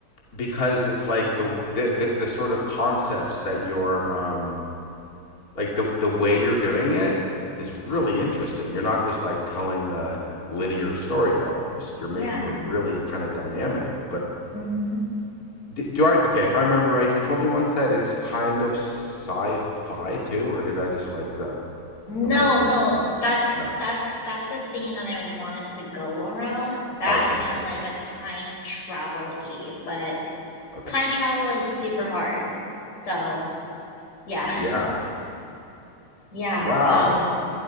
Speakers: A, on the left; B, on the left.
A: because it's like the the the, the sort of concepts that you're um like the the way you're doing it is really interesting. You're not just like telling a linear story almost. You're
B: Yeah.
A: making it really kind of dynamic. But
B: hmm
A: do, do I okay? If I remember right, you told me once that it's kind of sci-fi too, or did I just like is that
B: No,
A: am I imagining
B: no,
A: that?
B: that's
A: No.
B: that's that's the theme that I wanted to go around. That
A: Okay. Okay.
B: and
A: Okay.
B: like a time travel y, but
A: Okay.
B: time travel is super hard. So, yeah.
A: Yeah.
B: <laughs> Yeah.
A: Wow.
B: Um,